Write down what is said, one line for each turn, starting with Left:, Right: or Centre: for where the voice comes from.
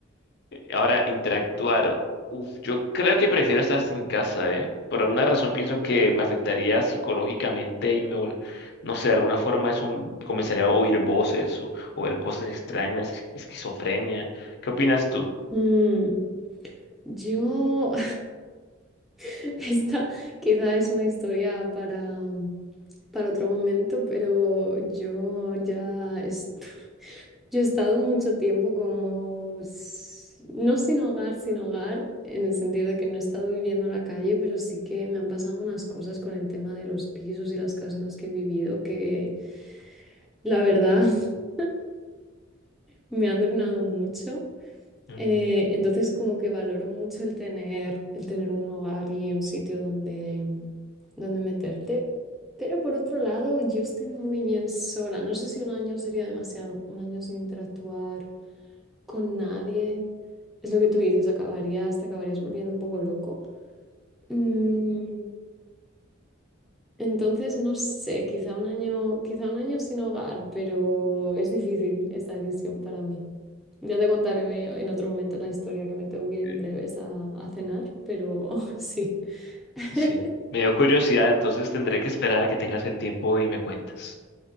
Left: Ahora, interactuar. Uf, yo creo que prefiero estar sin casa, ¿eh? Por alguna razón pienso que me afectaría psicológicamente y me, vol- no sé, de alguna forma eso m- comenzaría a oír voces o, o ver cosas extrañas, es- esquizofrenia. ¿Qué opinas tú?
Centre: Mm, yo, <laughs> esta quizá es una historia para... para otro momento, pero yo ya es- yo he estado mucho tiempo como s- no sin hogar, sin hogar, en el sentido de que no he estado viviendo en la calle, pero sí que me han pasado unas cosas con el tema de los pisos y las casas en las que he vivido que la verdad <laughs> me han drenado mucho.
Left: Mm,
Centre: Eh, entonces como que valoro mucho el tener, el tener un hogar y un sitio donde, mm, donde meterte. Pero por otro lado, yo estoy muy bien sola. No sé si un año sería demasiado, un año sin interactuar con nadie. Es lo que tú dices, acabarías, te acabarías volviendo un poco loco. Mm, entonces, no sé, quizá un año, quizá un año sin hogar, pero es difícil esta decisión para mí. Ya te contaré en otro momento la historia que me tengo que ir en
Left: eh,
Centre: breves a, a cenar, pero <laughs> sí. <laughs>
Left: Sí, me dio curiosidad, entonces tendré que esperar a que tengas el tiempo y me cuentas.